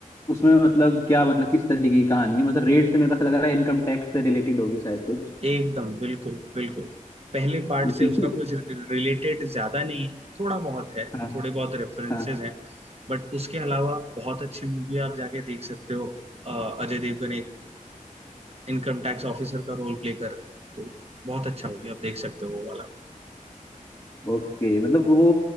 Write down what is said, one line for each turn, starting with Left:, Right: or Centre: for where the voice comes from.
Left: उसमें मतलब क्या मतलब किस तरीके की कहानी है मतलब रेट से मेरे को ऐसा लग रहा है इनकम टैक्स से रिलेटेड होगी शायद कुछ
Right: एकदम बिल्कुल बिल्कुल पहले पार्ट
Left: क्योंकि
Right: से उसका कुछ रिलेटेड ज्यादा नहीं है थोड़ा बहुत है
Left: <laughs> हाँ
Right: थोड़े बहुत रेफरेंसेस
Left: हाँ
Right: हैं बट उसके अलावा बहुत अच्छी मूवी है, आप जाके देख सकते हो अ, अजय देवगन एक इनकम टैक्स ऑफिसर का रोल प्ले कर रहे हैं, तो बहुत अच्छा मूवी आप देख सकते हो वो वाला
Left: ओके मतलब वो